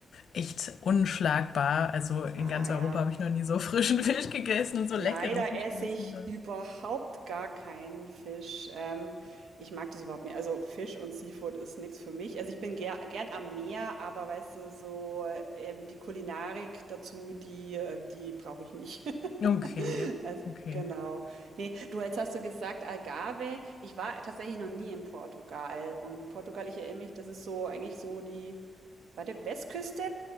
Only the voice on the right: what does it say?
Ah
ja.
Leider
esse
ich überhaupt gar keinen Fisch. Ähm, ich mag das überhaupt nicht. Also Fisch und Seafood ist nichts für mich. Also ich bin ger gern am Meer, aber weißt du, so ähm, die Kulinarik dazu, die, äh, die brauche ich nicht. <laughs>
Also,
genau. Nee, du, jetzt hast du gesagt Algarve. Ich war tatsächlich noch nie in Portugal. Und Portugal, ich erinnere mich, das ist so eigentlich so die, warte, Westküste?